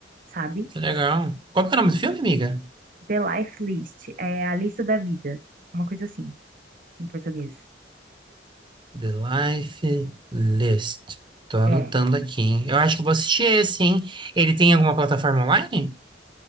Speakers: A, on the right (about 45°); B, on the right (about 25°).
A: sabe?
B: Que legal. Qual que é o nome do filme, amiga?
A: The Life List, é a lista da vida, uma coisa assim, em português.
B: The Life List. Tô anotando
A: É,
B: aqui, hein? Eu acho que eu vou assistir esse, hein? Ele tem alguma plataforma online?